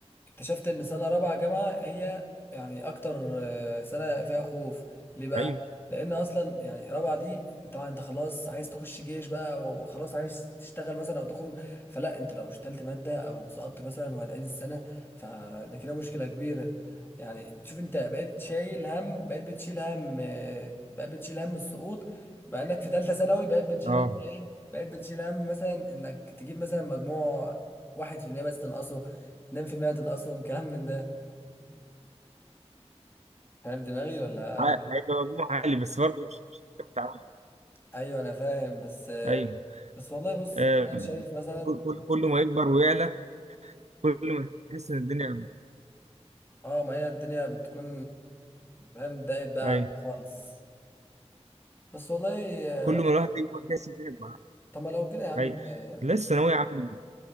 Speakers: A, on the left; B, on the right.
A: اكتشفت ان سنه رابعه جامعه هي يعني اكتر آه، سنه فيها خوف ليه بقى
B: ايوه
A: لان اصلا يعني رابعه دي طبعا انت خلاص عايز تخش جيش بقى وخلاص عايز تشتغل مثلا او تخرج فلا انت لو اشتلت ماده او سقطت مثلا وهتعيد السنه فده كده مشكله كبيره يعني شوف انت بقيت شايل هم بقيت بتشيل هم آه، بقيت بتشيل هم السقوط مع انك في ثالثه ثانوي بقيت بتشيل
B: اه
A: هم ايه بقيت بتشيل هم مثلا انك تجيب مثلا مجموع واحد في المية بس تنقصه نام في المقتل اصلا كلام من ده فاهم دماغي ولا
B: ع-
A: إيه؟
B: هيبقى مجموع عالي بس برضه مش مش هتعرف تعمل.
A: ايوه انا فاهم بس
B: ايوه
A: بس والله بص
B: آم،
A: انا شايف مثلا
B: كل كل كل ما يكبر ويعلى كل ما يحس ان الدنيا
A: اه ما هي الدنيا بتكون فاهم ضاقت بقى
B: ايوه
A: عليك خالص بس والله آه،
B: كل ما الواحد يكبر يحس ان الدنيا معاه
A: طب ما لو كده يا عم
B: ايوه
A: آه،
B: لسه ثانوية عامة